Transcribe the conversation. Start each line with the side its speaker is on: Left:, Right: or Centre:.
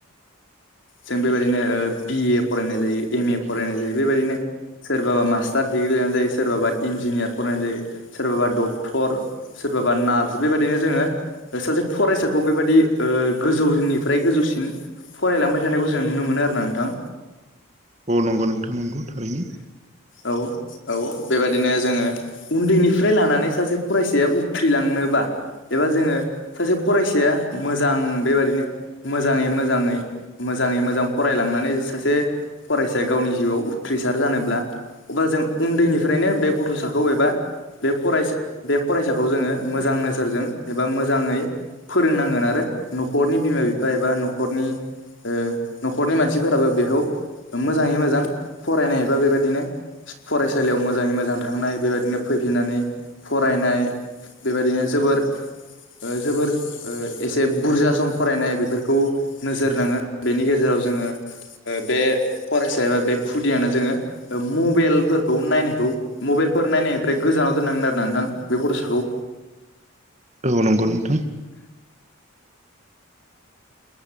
Left: जों बेबायदिनो ओ बिए फरायनाय जायो एम ए फरायनाय जायो बेबायदिनो' सोरबाबा मास्टार दिडिग्रि लायानाय जायो सोरबाबा इन्जिनियार फरायनाय जायो सोरबाबा डक्टर सोरबाबा नार्स बेबायदिनो जोङो सासे फरायसाखौ बेबायदि ओ- गोजौनिफ्राय गोजौसिन फरायलांबाय थानायखौ जों नुनो मोनो आरो ना नोंथां
Right: अ नंगौ नोंथाङ नंगौ थारैनो।
Left: औ। औ बेबायदिनो जोङो उन्दैनिफ्राय लानानै सासे फरायसाया उथ्रिलांनोबा एबा जोङो सासे फरायसाया मोजां बेबायदिनो मोजाङै मोजाङै मोजाङै मोजां फरायलांनानै सासे फरायसाया गावनि जिउआव उथ्रिसार जानोब्ला बा जों उन्दैनिफ्रायनो बे गथ'साखौ एबा बे फरायसा बे फरायसाखौ जोङो मोजां नोजोरजों एबा मोजाङै फोरोंनांगोन आरो न'खरनि बिमा बिफा एबा न'खरनि ओ न'खरनि मानसिफोराबो बेखौ मोजाङै मोजां फरायनायबा बेबादिनो फरायसालियाव मोजाङै मोजां थांनाय बेबायदिनो फैफिननानै फरायनाय बेबायदिनो जोबोर ओ जोबोर एसे बुरजा सम फरायनाय बेफोरखौ नोजोर नाङो बेनि गेजेराव जोङो ओ बे फरायसा एबा बे खुदियानो जोङो मबाइलफोरखौ नायनायखौ मबाइलफोर नायनायनिफ्राय गोजानाव दोननांगोन आरो ना नोंथां बे गथ'साखौ
Right: औ नंगौ नोंथां